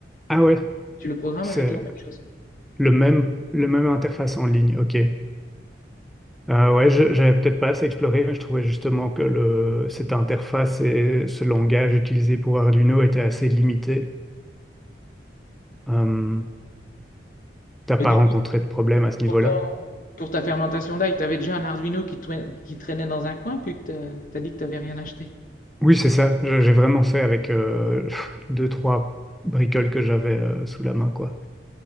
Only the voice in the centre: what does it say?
Ah ouais,
c'est
le même, le même interface en ligne. Ok. Ah ouais, je- j'avais peut-être pas assez exploré, mais je trouvais justement que le, cette interface et ce langage utilisé pour Arduino était assez limité. Euh, t'as pas
rencontré
de problème à ce niveau-là?
Oui, c'est ça. Je- J'ai vraiment fait avec euh, <laughs> pff, deux, trois bricoles que j'avais euh, sous la main, quoi.